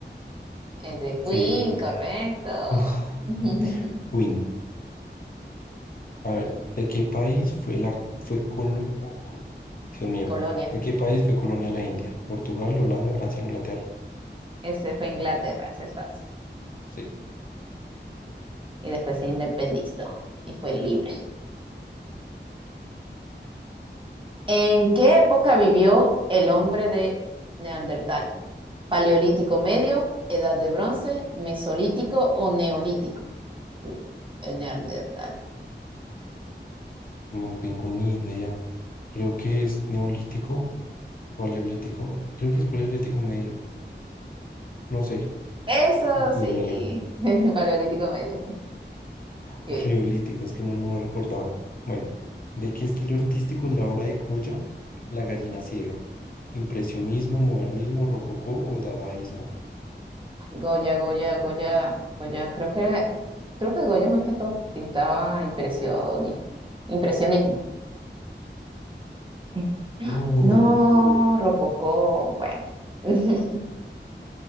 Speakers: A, on the right; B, on the left.
A: Es de
B: Sí.
A: Queen, correcto.
B: <laughs>
A: <laughs>
B: Win. A ver, ¿de qué país fue la fue colo- o co- Dios mío,
A: Colonia,
B: ¿de qué país fue colonia la India? ¿Portugal, Holanda, Francia, Inglaterra?
A: ese fue Inglaterra, ese es fácil.
B: Sí,
A: Y después se independizó y fue libre. ¿En qué época vivió el hombre de Neandertal? ¿Paleolítico medio, edad de bronce, mesolítico o neolítico? Uh, el Neandertal.
B: no tengo ni idea. Creo que es neolítico, paleolítico. Creo que es paleolítico medio. No sé.
A: Eso
B: Dios
A: sí,
B: mío.
A: <laughs> paleolítico medio.
B: O
A: que
B: neolítico, es que no, no lo recordaba. Bueno, ¿de qué estilo artístico es la obra de Goya, La gallina ciega? ¿Impresionismo, modernismo, rococó o dadaísmo?
A: Goya, Goya, Goya, Goya. Creo que, creo que Goya más que todo pintaba impresioni- impresionismo. Eh,
B: No,
A: No,
B: rococó.
A: rococó, bueno. <laughs>